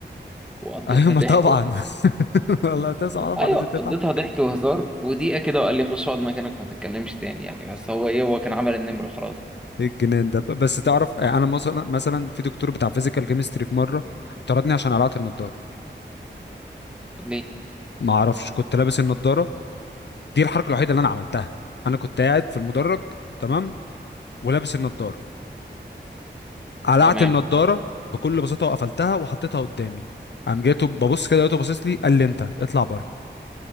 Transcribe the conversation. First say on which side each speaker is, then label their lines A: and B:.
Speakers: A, in the centre; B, on the left (about 65°).
A: وقضيتها
B: ايوه ما
A: ضحك
B: طبعا <laughs> والله تسعه طبعا
A: ايوه
B: لازم
A: قضيتها
B: تتعب
A: ضحك وهزار ودقيقه كده وقال لي خش اقعد مكانك وما تتكلمش تاني يعني بس هو ايه هو كان عمل النمره خلاص يعني.
B: ايه الجنان ده بس تعرف انا مثلا مثلا في دكتور بتاع فيزيكال كيمستري في مره طردني عشان قلعت النضاره
A: ليه
B: ما اعرفش كنت لابس النضاره دي الحركه الوحيده اللي انا عملتها انا كنت قاعد في المدرج تمام ولابس النضاره قلعت
A: تمام
B: النضاره بكل بساطه وقفلتها وحطيتها قدامي قام جاته ببص كده لقيته باصص لي قال لي انت اطلع بره